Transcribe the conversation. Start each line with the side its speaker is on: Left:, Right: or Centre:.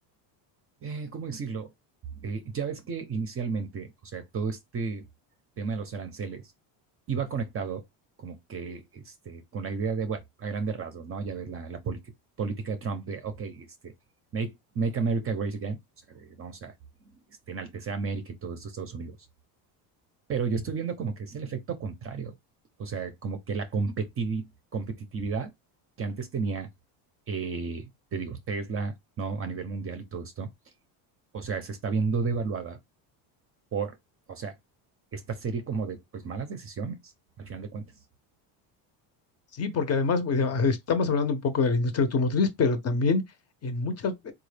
Right: eh, ¿cómo decirlo? Eh, ya ves que inicialmente, o sea, todo este tema de los aranceles iba conectado como que este, con la idea de, bueno, a grandes rasgos, ¿no? Ya ves la, la polic- política de Trump de, ok, este, make, make America great again, o sea, de, vamos a este, enaltecer a América y todo esto, Estados Unidos. Pero yo estoy viendo como que es el efecto contrario. O sea, como que la competitiv- competitividad que antes tenía, eh, te digo, Tesla, ¿no? A nivel mundial y todo esto, o sea, se está viendo devaluada por, o sea, esta serie como de, pues, malas decisiones, al final de cuentas.
Left: Sí, porque además pues, ya estamos hablando un poco de la industria automotriz, pero también en muchos